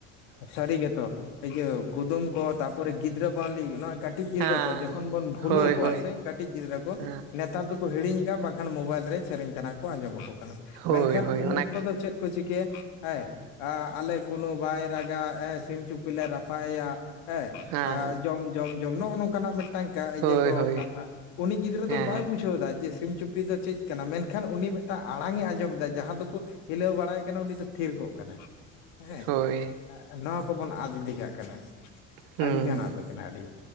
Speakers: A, on the left; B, on the right.
A: ᱥᱟᱹᱨᱤ ᱜᱮᱛᱚ ᱤᱭᱟᱹ ᱠᱩᱫᱩᱢ ᱠᱚ ᱛᱟᱨᱯᱚᱨᱮ ᱜᱤᱫᱽᱨᱟᱹ ᱵᱟᱹᱣᱞᱤ ᱞᱟᱹᱜᱤᱫ ᱱᱚᱣᱟ ᱠᱟᱹᱴᱤᱡ ᱜᱤᱫᱽᱨᱟᱹ
B: ᱦᱮᱸ
A: ᱠᱚ ᱡᱚᱠᱷᱚᱱ ᱵᱚᱱ ᱵᱷᱩᱞᱟᱹᱣ
B: ᱦᱳᱭ
A: ᱠᱚᱣᱟ
B: ᱦᱳᱭ
A: ᱥᱮ ᱠᱟᱹᱴᱤᱡ ᱜᱤᱫᱽᱨᱟᱹ ᱠᱚ
B: ᱦᱮᱸ
A: ᱱᱮᱛ ᱛᱟᱨ ᱫᱚᱠᱚ ᱦᱤᱲᱤᱧ ᱮᱫᱟ ᱵᱟᱝᱠᱷᱟᱱ ᱢᱳᱵᱟᱭᱤᱞ ᱨᱮ ᱥᱮᱨᱮᱧ ᱛᱮᱱᱟᱜ ᱠᱚ ᱟᱸᱡᱚᱢ ᱟᱠᱚ ᱠᱟᱱᱟ,
B: ᱦᱳᱭ
A: ᱢᱮᱱᱠᱷᱟᱱ
B: ᱦᱳᱭ
A: ᱩᱱ
B: ᱚᱱᱟᱜᱮ
A: ᱚᱠᱛᱚ ᱫᱚ ᱪᱮᱫ ᱠᱚ ᱪᱤᱠᱟᱹᱭᱟ ᱦᱮᱸ ᱮ ᱟᱞᱮ ᱠᱩᱱᱩ ᱵᱟᱭ ᱨᱟᱜᱟ ᱥᱤᱢ ᱪᱩᱯᱤ ᱞᱮ ᱨᱟᱯᱟᱜ ᱟᱭᱟ ᱦᱮᱸ
B: ᱦᱮᱸ
A: ᱡᱚᱢ ᱡᱚᱢ ᱡᱚᱢ ᱱᱚᱜ-ᱚ ᱱᱚᱝᱠᱟᱱᱟᱜ ᱢᱤᱫᱴᱟᱝ ᱤᱭᱟᱹ
B: ᱦᱳᱭ
A: ᱠᱚ
B: ᱦᱳᱭ
A: ᱠᱟᱛᱷᱟ ᱩᱱᱤ ᱜᱤᱫᱽᱨᱟᱹ
B: ᱦᱮᱸ
A: ᱫᱚ ᱵᱟᱭ ᱵᱩᱡᱷᱟᱹᱣ ᱮᱫᱟ ᱡᱮ, ᱥᱤᱢ ᱪᱩᱯ ᱪᱩᱯᱤ ᱫᱚ ᱪᱮᱫ ᱠᱟᱱᱟ ᱢᱮᱱᱠᱷᱟᱱ ᱩᱱᱤ ᱢᱤᱫᱴᱟᱝ ᱟᱲᱟᱝ ᱮ ᱟᱸᱡᱚᱢ ᱮᱫᱟ ᱡᱟᱦᱟᱸ ᱫᱚᱠᱚ ᱦᱤᱞᱟᱹᱣ ᱵᱟᱲᱟᱭ ᱠᱟᱱᱟ ᱩᱱᱤ ᱫᱚ ᱛᱷᱤᱨ ᱠᱚᱜ ᱠᱟᱱᱟ ᱾ ᱦᱮᱸ
B: ᱦᱳᱭ
A: ᱱᱚᱣᱟ ᱠᱚᱵᱚᱱ ᱟᱫ ᱤᱫᱤ ᱠᱟᱜ ᱠᱟᱱᱟ ᱾
B: ᱦᱩᱸ
A: ᱟᱹᱰᱤᱜᱟᱱ ᱟᱫ ᱠᱟᱱᱟ ᱟᱹᱰᱤ